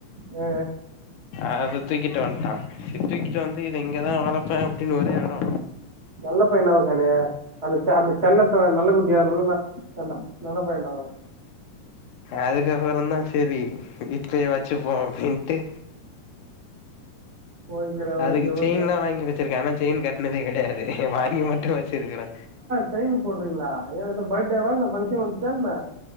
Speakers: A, on the right (about 50°); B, on the left (about 70°).
A: ஆ
B: அத தூக்கிட்டு வன்ட்டா இ தூக்கிட்டு வந்து இது இங்கதா வளப்பே அப்படின்னு ஒரே அடோ
A: நல்ல பையனா இருக்கானே அந்த ச்சான்னு செல்லத்த நல்ல குட்டியா இருந்தாலு ந கண்டா நல்ல பயன்டா அவு
B: அதுக்கப்பறன்தா சரி வீட்லே வச்சிப்போ அப்பின்ட்டு
A: ஓகேடா
B: அதுக்கு
A: ஓகே
B: செயின்லா
A: ஓகே
B: வாங்கி வச்சிருக்கே ஆனா செய்ன் கட்னதே கெடையாது ஏ வாங்கி மட்டு வச்சிருக்கிறே
A: ட்ரெய்னுக் போட்றீங்ளா ஏ எதோ பர்ட்டேவானா ஃபங்க்ஷன் வந்துச்சான்ன